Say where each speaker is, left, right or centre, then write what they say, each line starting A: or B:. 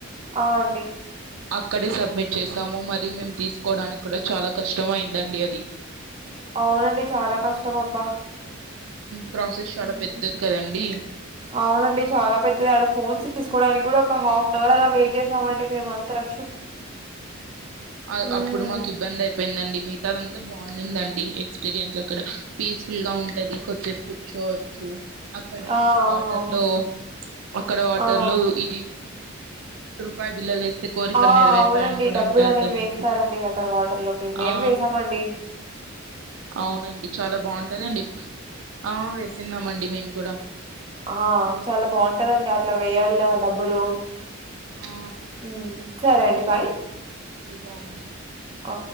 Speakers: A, on the right; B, on the right.
A: ఆ అండి
B: అక్కడే సబ్మిట్ చేసాము మరి మేము తీసుకోవడానికి కూడా చాలా కష్టం అయిందండి అది.
A: అవునండి చాలా కష్టం అబ్బా
B: ప్రాసెస్ చాలా
A: ఉమ్
B: పెద్దది కదండి
A: అవునండి చాలా పెద్దది ఆడ ఫోన్స్ తీసుకోవడానికి కూడా ఒక హాఫ్ అన్ అవర్ అలా వెయిట్ చేసామండి మేము అందరం
B: ఆ
A: ఉమ్
B: అప్పుడు మాకు ఇబ్బంది అయింది. ఇబ్బంది గా ఉన్నిదేదండీ. మిగతా అంతా బాగుందిందండి ఎక్స్పీరియన్స్ అక్కడ పీస్ఫుల్ గా ఉంటాది. కొద్దిసేపు కూర్చోవచ్చు. అక్కడ
A: ఆ అవునవును
B: వాటర్ లో అక్కడ వాటర్
A: ఆ
B: లో ఇది రూపాయ బిల్లు వేస్తే కోరికలు
A: ఆ
B: నెరవేరుతాయని
A: అవునండి
B: కూడా
A: డబ్బులు
B: అంటారు
A: అనేది
B: కదండి
A: వేస్తారండి అక్కడ వాటర్ లోకి మేం
B: ఆ
A: వేసామండి. ఆ
B: అవునండి చాలా బాగుంటాదండి. ఆ వేసిన్నామండి మేము కూడా
A: ఆ చాలా బాగుంటదండి అట్లా వేయ్యాలి ఆ డబ్బులు
B: ఆ
A: ఉ సరే అండి బాయ్.
B: ఉ అండి బాయ్
A: ఆ